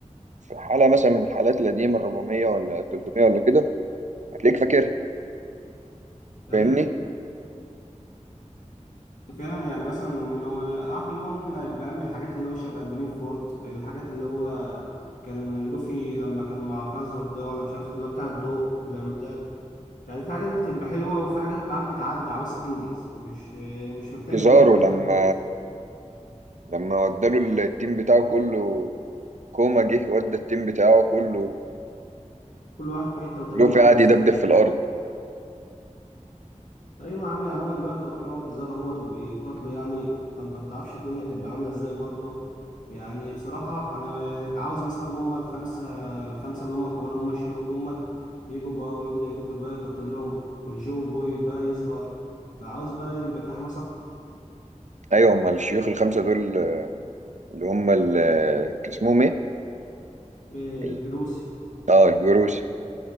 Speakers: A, on the right; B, on the left.
A: في حاله مثلا من الحالات القديمه ال 400 ولا ال 300 ولا كده هتلاقيك فاكرها
B: اي
A: فاهمني
B: فعلا يعني مثلا لو عارف اللي هو ممكن هيبقى أهم الحاجات اللي هو شبه منين فورد الحاجات اللي هو كان لوفي لما كان مع كازر ده ولا مش عارف اللي هو بتاع الضوء ولا المدار يعني في حاجات بتبقى حلوة وفي حاجات عارف بتعدي عاوزة تنجز مش مش محتاج
A: كيزارو
B: اللي هو كل
A: لما
B: ده
A: لما وداله التيم بتاعه كله كوما جه ودى التيم بتاعه كله
B: كل واحد في حته وتقابله
A: لوفي
B: بعدها
A: قعد
B: بسنتين
A: يدبدب في الارض
B: ايوه يا عم يعني هما دلوقتي واقفين اهو في الزار اهوت وبيقاتلوا يعني فانت ما تعرفش الدنيا هتبقى عامله ازاي برضه يعني بصراحه انا عاوز مثلا اللي هما الخمسه الخمسه اللي هما الكبار اللي هما الشيوخ دومت يجوا بقى ويبدا يلف بقى يقاتلهم والجو بوي بقى يظهر فعاوز بقى يبقى في حماس اكتر
A: ايوه هم الشيوخ الخمسه دول آه، اللي هم ال- آه، كان اسمهم ايه
B: إيه،
A: ال-
B: الجروسي
A: اه الجروس